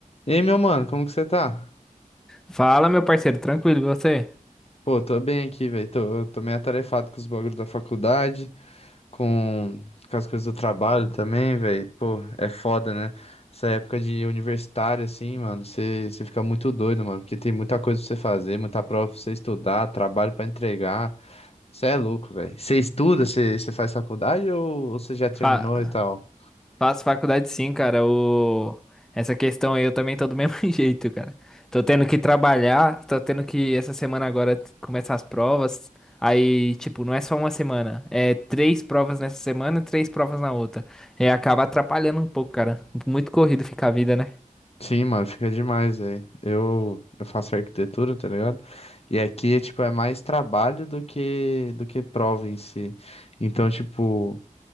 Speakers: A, on the left; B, in the centre.
A: E aí, meu mano, como que você tá?
B: Fala, meu parceiro, tranquilo, e você?
A: Pô, tô bem aqui, velho. Tô, tô meio atarefado com os bagulhos da faculdade, com, com as coisas do trabalho também, velho. Pô, é foda, né? Essa época de universitário, assim, mano, você você fica muito doido, mano, porque tem muita coisa pra você fazer, muita prova pra você estudar, trabalho pra entregar. Você é louco, velho. Você estuda, você você faz faculdade ou você já terminou
B: Fa-
A: e tal?
B: faço faculdade sim, cara. O... Essa questão aí eu também tô do mesmo <laughs> jeito, cara. Tô tendo que trabalhar, tô tendo que essa semana agora t- começar as provas. Aí, tipo, não é só uma semana, é três provas nessa semana, e três provas na outra. É, acaba atrapalhando um pouco, cara. Muito corrido fica a vida, né?
A: Sim, mano, fica demais aí. Eu, eu faço arquitetura, tá ligado? E aqui, tipo, é mais trabalho do que do que prova em si. Então, tipo,